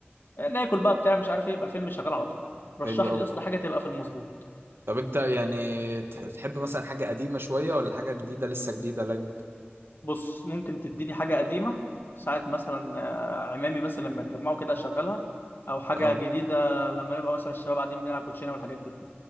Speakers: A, on the left (about 55°); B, on the right (about 65°).
A: آه، ناكل بقى بتاع مش عارف إيه يبقى الفيلم شغال على طول رشح
B: حلو قوي
A: لي يا اسطى حاجة تبقى في المظبوط
B: طب انت يعني تح- تحب مثلا حاجه قديمه شويه ولا حاجه جديده لسه جديده لك
A: بص ممكن تديني حاجة قديمة ساعة مثلا آه، عمامي مثلا لما اتجمعوا كده أشغلها أو حاجة
B: اه
A: جديدة لما نبقى مثلا الشباب قاعدين بنلعب كوتشينة والحاجات دي